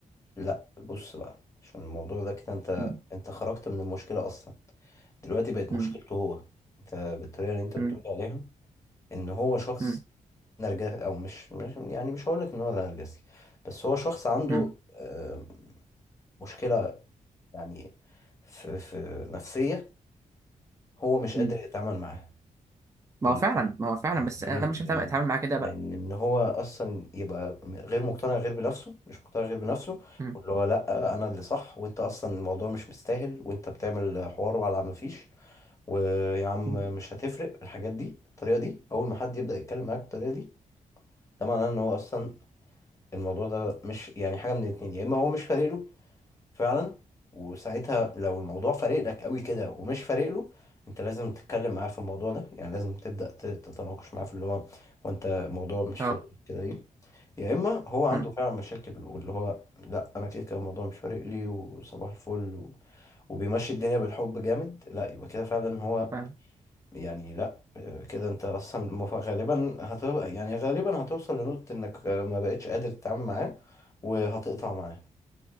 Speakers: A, on the left; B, on the right.
A: لا بص بقى عشان الموضوع ده كده انت
B: مم.
A: انت خرجت من المشكله اصلا دلوقتي بقت
B: مم.
A: مشكلته هو انت بالطريقه اللي انت
B: مم.
A: بتقول عليها ان هو شخص
B: مم.
A: نرجسي او مش مش- يعني مش هقول لك ان هو نرجسي بس هو شخص عنده
B: مم.
A: آه، مشكلة يعني في في نفسية هو مش
B: مم.
A: قادر يتعامل معاها
B: ما
A: بال-
B: هو فعلا ما هو فعلا
A: يعني
B: بس
A: ايه
B: انا مش
A: لان
B: هتعمل اتعامل معاه كده بقى
A: لان ان هو اصلا يبقى م- غير مقتنع غير بنفسه مش مقتنع غير بنفسه
B: مم.
A: واللي هو لا انا اللي صح وانت اصلا الموضوع مش مستاهل وانت بتعمل حوار على ما فيش ويا عم
B: مم.
A: مش هتفرق الحاجات دي الطريقة دي اول ما حد يبدأ يتكلم معاك بالطريقة دي ده معناه ان هو اصلا الموضوع ده مش يعني حاجة من الاتنين يا إما هو مش فارق له فعلا وساعتها لو الموضوع فارق لك قوي كده ومش فارق له أنت لازم تتكلم معاه في الموضوع ده يعني لازم تبدأ ت- تتناقش معاه في اللي هو وأنت الموضوع مش
B: اه
A: فارق لك كده ليه يا إما هو عنده
B: مم.
A: فعلا مشاكل واللي هو لأ أنا كده كده الموضوع مش فارق لي وصباح الفل و... وبيمشي الدنيا بالحب جامد لأ يبقى كده فعلا هو
B: فاهم
A: يعني لا كده انت اصلا مف- غالبا هتبقى يعني غالبا هتوصل لنقطة انك ما بقتش قادر تتعامل معاه وهتقطع معاه